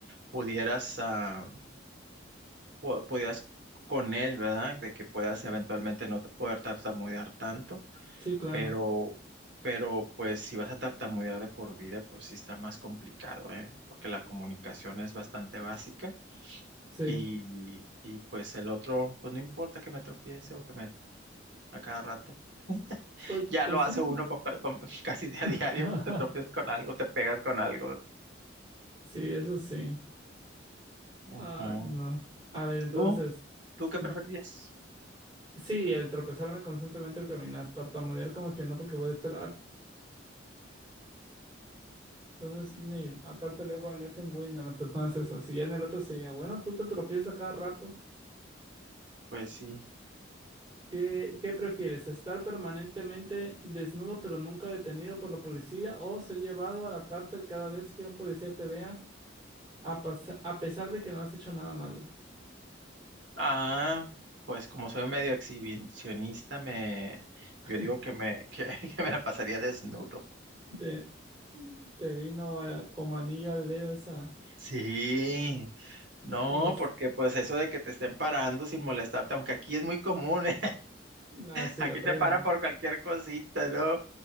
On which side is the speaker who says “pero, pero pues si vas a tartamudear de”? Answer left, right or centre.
Right